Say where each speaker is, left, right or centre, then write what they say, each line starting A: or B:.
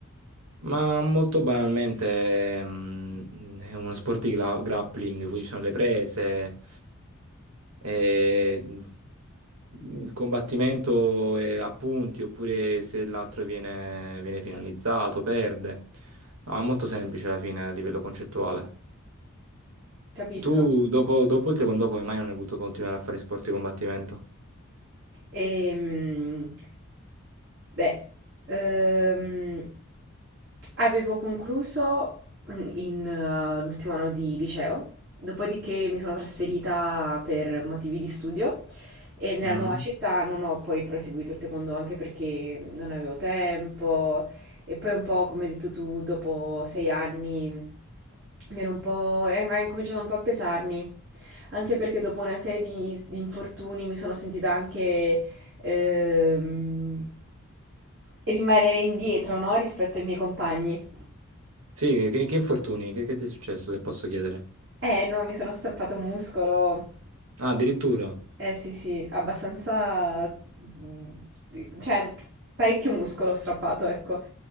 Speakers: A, on the right; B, on the right.
A: Ma molto banalmente mm, è uno sport di gra- grappling, quindi ci sono le prese, e mm, il combattimento è a punti, oppure se l'altro viene, viene finalizzato, perde. No, è molto semplice alla fine a livello concettuale.
B: Capisco.
A: Tu dopo, dopo il taekwondo come mai non hai voluto continuare a fare sport di combattimento?
B: Ehm, beh, ehm, avevo concluso mm, in, eh, l'ultimo anno di liceo, dopodiché mi sono trasferita per motivi di studio e nella
A: Mm.
B: nuova città non ho poi proseguito il taekwondo anche perché non avevo tempo, E poi un po', come hai detto tu, dopo sei anni mi ero un po'... era incominciato un po' a pesarmi, anche perché dopo una serie di, di infortuni mi sono sentita anche ehm, rimanere indietro, no? Rispetto ai miei compagni.
A: Sì, che, che infortuni? Che, che ti è successo se posso chiedere?
B: Eh no, mi sono strappato un muscolo.
A: Ah, addirittura.
B: Eh sì, sì, abbastanza... mm, Cioè, parecchio muscolo ho strappato, ecco.